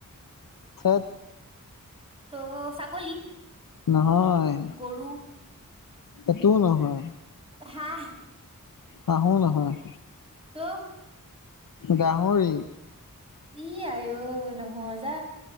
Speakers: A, on the left; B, on the right.
A: ঠেত।
B: তো চাগলি।
A: নহয়,
B: গৰু?
A: এইটোও নহয়।
B: হাঁহ
A: হাহোঁ নহয়।
B: তো
A: গাহৰি।
B: ই আ অই নহয় যা।